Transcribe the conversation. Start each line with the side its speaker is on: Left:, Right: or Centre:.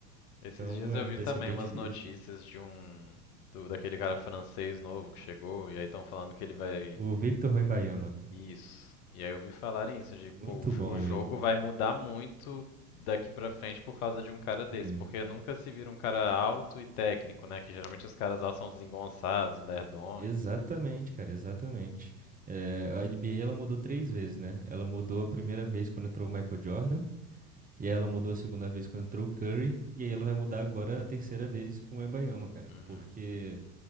Left: Esses
Right: Então
Left: dias
Right: é,
Left: eu
Right: vai
Left: vi também
Right: ser bem
Left: umas
Right: difícil.
Left: notícias de um do, daquele cara francês novo que chegou e aí estão falando que ele vai
Right: O Victor Wembanyama,
Left: isso. E aí eu vi falarem isso de pô,
Right: muito
Left: o, jo-
Right: bom
Left: o jogo
Right: ele.
Left: vai mudar muito daqui pra frente por causa de um cara desse,
Right: Sim.
Left: porque nunca se vira um cara alto e técnico, né? Que geralmente os caras altos são desengonçados e lerdões.
Right: Exatamente, cara, exatamente. É, a NBA ela mudou três vezes, né? Ela mudou a primeira vez quando entrou o Michael Jordan. E aí ela mudou a segunda vez quando entrou o Curry, e aí ela vai mudar agora a terceira vez com o Wembanyama, cara.
Left: Uhum.
Right: Porque